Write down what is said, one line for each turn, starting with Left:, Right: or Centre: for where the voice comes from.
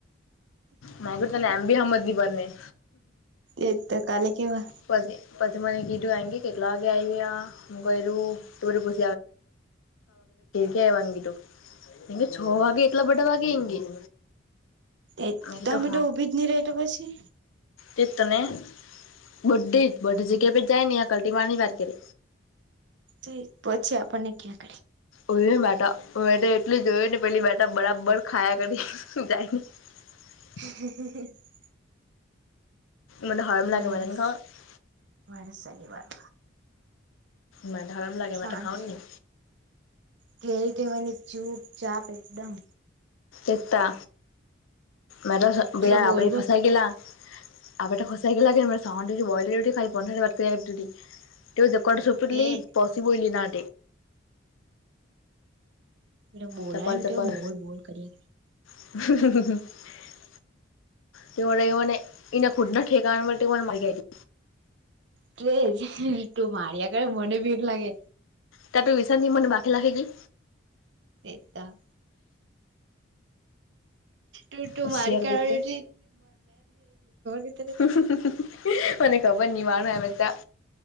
Left: મા તને એમ બી હમજ ની પડની
Right: એ તો કાલે કેવા.
Left: પછી પછી મને કીધું આ કે કેટલા વાગે આવી ગયા. <unintelligible> છ વાગે તો ધેર તી આવાનું કીધું એ છો વાગે એટલા બડડા વાગે એંમ કે <unintelligible>
Right: એ
Left: કીધું
Right: તમે તો ઊભી જ ની રેટ પછી.
Left: તે તો ને બડ્ે જ બધી જગ્યાએ જાય ન આ કલટી મારવા ની વાત કેરે.
Right: <unintelligible> પછી આપણને ક્યાંક
Left: ઓય મેટા મે એટલું જોયું ને પેલી બેટા બરાબર ખાયા કરી જાયને. <unintelligible>
Right: <unintelligible>
Left: મને હરમ
Right: <unintelligible>
Left: લાગે મને ની ખાવા
Right: મારે શનિવાર.
Left: મન તે હરમ લાગે મન
Right: સાંજ
Left: ત ખાવાનુ ની.
Right: કેરી કેવાને ચૂપ ચાપ એકદમ.
Left: એજતા મેટો બે
Right: પેલો
Left: આપડી
Right: બોલ બોલ
Left: ફસાઈ ગેલા. આપડાટ ખસાઈ ગયા લાગે સા બોલ ર ખાલી પંદર દ બાત કર લ. તેઓ જકોટ છોપટ
Right: તેજ
Left: લી પસી બોયલી ના.
Right: જે બોલય
Left: ચપલ
Right: ત
Left: ચપલ
Right: કે બોલ બોલ કરીએ
Left: <unintelligible> તે એને એને ખુદ ના ઠેકાવા માટે <unintelligible>
Right: તેજ તું માારિયા કરે મને બીક લાગે.
Left: ત્યા તો વિશેાની મને બાખ લાખેકી.
Right: એતા. તું તું
Left: હોશિયાર
Right: મારી <unintelligible> ખબર
Left: ગોતે
Right: કે ત્યારે.
Left: <unintelligible> મને ખબર નહ માણ એમે તા.